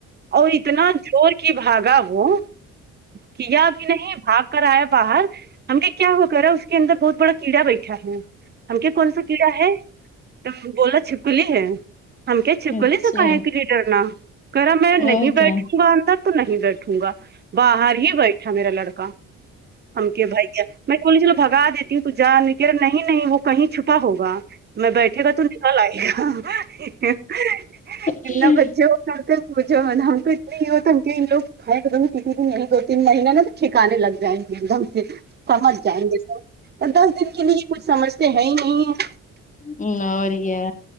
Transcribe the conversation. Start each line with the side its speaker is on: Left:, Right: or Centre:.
Right: اور اتنا چور کی بھاگا وہ کیا کہ نہیں بھاگ کرایا باہر ہم نے کیا ہو کرا اس کے اندر بہت بڑا کیڑا بیٹھا ہے ہم کے کون سا کیڑا ہے تو بولاو چھپکلی ہے ہم کیا
Left: اچھا
Right: چھپکلی سےکا ہے کے لیے ڈرنا کہے رہا میں نہیں
Left: اور
Right: بیٹھوں
Left: کیا
Right: گا تو نہیں بیٹھوں گا باہر ہی بیٹھا میرا لڑکا ہم کے بھائی میں بے چلو بھگا دیتی ہوں تو جا کہ رہا نہیں وہ کہیں چھپا ہوگا میں ب بیٹھے گا تو نکل آئے بچے <unintelligible>
Left: اچھا
Right: ستے مجد ہم کو اتنے ہی ہو تنک ان لوگ ہ ایک کسی دن نہیں دو تین مہینہ نا تو ٹھکانے لگ جائیں گے ایک دم سے سمجھ جائیں گے سر دس دن کے لیے یہ کچھ سمجھتے ہیں ہی نہیں ہے
Left: ہ اور کیا